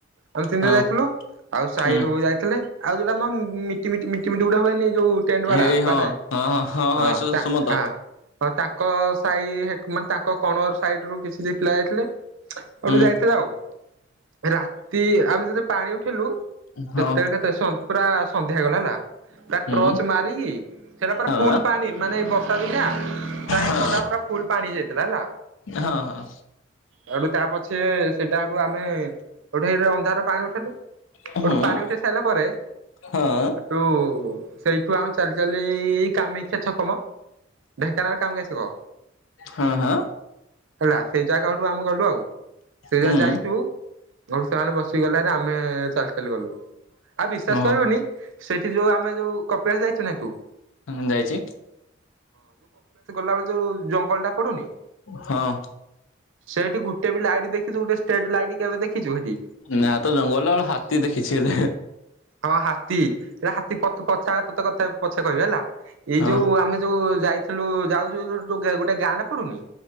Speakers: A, on the right; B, on the left.
A: ଆମେ ତିନି
B: ହଁ
A: ଜଣ ଯାଇଥିଲୁ ଆଉ ସାହିରୁ
B: ହୁଁ
A: ଯାଇଥିଲେ ଆଉ ଯୋଟା ଆମ ମିଟି ମିଟି ମିଟି ଉଡ଼ା ହୁଏନି ଯୋଉ ଟେଣ୍ଡ ବାାଡ଼ା
B: ହେଇ ହଁ
A: ବାଡାଏ
B: ହଁ
A: ହଁ ତା
B: ସୁମନ୍ତ
A: ହାଁ। ହଁ ତାଙ୍କ ସାଇ ହେକ୍ ମାନେ ତାଙ୍କ କଣର ସାଇଡ଼୍ ରୁ କିଛି ଦି ପିଲା ଯାଇଥିଲେ।
B: ହୁଁ
A: ଅଠୁ ଯାଇଥିଲା ଆଉ। ରାତି ଆମେ ଯେତେ ପାଣି ଉଠେଇଲୁ
B: ହଁ
A: ସେତେଳେ କେତେ ସ ପୁରା ସନ୍ଧ୍ୟା ହେଇଗଲା ହେଲା। ପୁରା
B: ହୁଁ
A: ଟର୍ଚ୍ଚ ମାରିକି ସେଟା ପୁରା
B: ହଁ
A: ଫୁଲ୍ ପାଣି ମାନେ ଏଇ ବର୍ଷା ଦିନିଆ
B: ହଁ
A: କଟା ପୁରା ଫୁଲ୍ ପାଣି ହେଇଯାଇଥିଲା ହେଲା।
B: ହଁ ହଁ
A: ଆ ଉଠୁ ତା ପଛେ ସେଇଟାଠୁ ଆମେ ଗୋଟେ ହେଇଠି ଅନ୍ଧାର ପାଣି ଉଠେଇଲୁ
B: ହୁଁ
A: ହେଠୁ ପାଣି ଉଠେଇ ସାଇଲା ପରେ
B: ହଁ
A: ହେଟୁ ସେଇ ଠୁ ଆମେ ଚାଲି ଚାଲି ଏ ଏଇ କାମାକ୍ଷା ଛକ ମ ଢେଙ୍କାନାଳ କାମାକ୍ଷା ଛକ।
B: ହଁ ହଁ।
A: ହେଲା ସେ ଜାଗାଠୁ ଆମେ ଗଲୁ ଆଉ। ସେ
B: ହୁଁ
A: ଯାହା ଯାଇଚୁ ଅଠୁ ସେମାନେ ବସିକି ଗଲେ ହାରି ଆମେ ଚାଲି ଚାଲି ଗଲୁ। ଆଉ ବିଶ୍ଵାସ
B: ଓହୋ
A: କରିବୁନି ସେଇଠି ଯୋଉ ଆମେ ଯୋଉ କପିଳାସ ଯାଇଚୁ ନାହିଁ ତୁ?
B: ହୁଁ ଯାଇଚି।
A: ଲା ବେଳେ ଯୋଉ ଜଙ୍ଗଲଟା ପଡ଼ୁନି?
B: ହଁ।
A: ସେଇଠି ଗୁଟେ ବି ଲାଇଟ୍ ଦେଖିଥିବୁ ଟେ ଷ୍ଟେଟ ଲାଇଟ୍ କେବେ ଦେଖଚୁ ହେଠି?
B: ନାଁ ତ ଜଙ୍ଗ ଗଲା ବେଳେ ହାତୀ ଦେଖିଛି ହେଲେ।
A: ହଁ ହାତୀ ଏରା ହାତୀ ପଥ କଛା ତତେ କଥେ ପଛେ କହିବି ହେଲା ଏଇ
B: ହଁ
A: ଯୋଉ ଆମେ ଯୋଉ ଯାଇଥିଲୁ ଯାଉଚୁ ଯୋଉ ଗୋଟେ ଗାଁଟା ପଡ଼ୁନି?